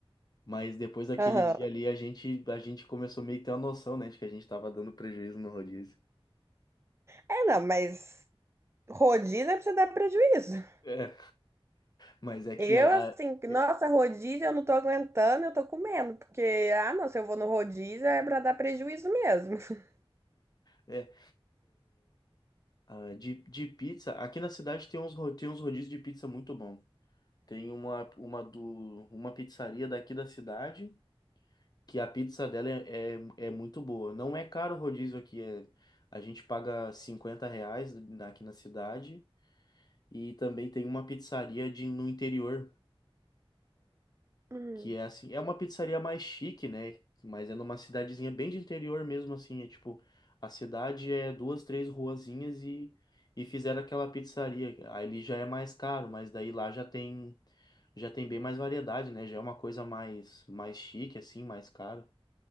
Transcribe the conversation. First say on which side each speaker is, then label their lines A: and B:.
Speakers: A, on the left; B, on the right.
A: Mas depois daquele
B: aham.
A: dia ali, a gente, a gente começou meio que ter uma noção, né, de que a gente tava dando prejuízo no rodízio.
B: É, não, mas rodízio é pra você dar prejuízo.
A: É, Mas é que
B: Eu,
A: a,
B: assim,
A: a- é,
B: nossa, rodízio eu não tô aguentando, eu tô comendo, porque, ah, não, se eu vou no rodízio é pra dar prejuízo mesmo. <laughs>
A: é, ah, ah, de, de pizza, aqui na cidade tem uns, ro- tem uns rodízios de pizza muito bom. Tem uma, uma, do, uma pizzaria daqui da cidade que a pizza dela é, é, é muito boa. Não é caro o rodízio aqui, é, a gente paga 50 reais na- aqui na cidade. E também tem uma pizzaria de, no interior.
B: Hum,
A: Que é assim, é uma pizzaria mais chique, né? Mas é numa cidadezinha bem de interior mesmo, assim. É tipo, a cidade é duas, três ruazinhas e, e fizeram aquela pizzaria. Aí ele já é mais caro, mas daí lá já tem já tem bem mais variedade, né? Já é uma coisa mais mais chique, assim, mais caro.